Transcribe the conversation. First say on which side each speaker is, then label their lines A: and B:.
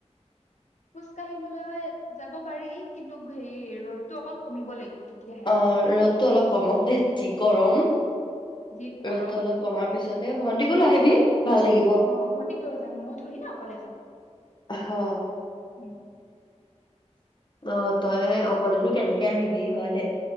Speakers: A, on the left; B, on the left.
A: খোজ কাঢ়িবলৈ যাব পাৰি কিন্তু হেৰি ৰ'দতটো অকন কমিব লাগিব তেতিয়াহে।
B: অ ৰ'দটো অলপ কমক দেছি গৰম
A: উম। যি গৰম
B: ৰ'দতটো অলপ কমাৰ পিছত এ ভণ্টি কোলো আহিবি ভাল লাগিব।
A: অ ভন্টিক লৈ যাম মই থৰি ন অকলে যাম
B: হা,
A: উ
B: অ তই অকলেনো কেনেকে আহিবি হয় দে